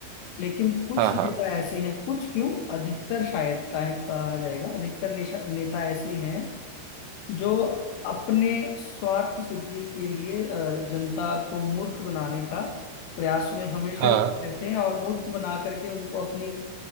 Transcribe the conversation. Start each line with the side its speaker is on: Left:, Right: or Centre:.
Left: लेकिन कुछ
Right: हाँ
Left: नेता
Right: हाँ
Left: ऐसे हैं कुछ क्यों अधिकतर शायद कहा कहा जाएगा अधिकतर नेशा- नेता ऐसे हैं जो अपने स्वार्थ सिद्धि के लिए अ, जनता को मूर्ख बनाने का प्रयास में हमेशा
Right: हाँ
Left: ही लगे रहते हैं और मूर्ख बना करके उनको अपनी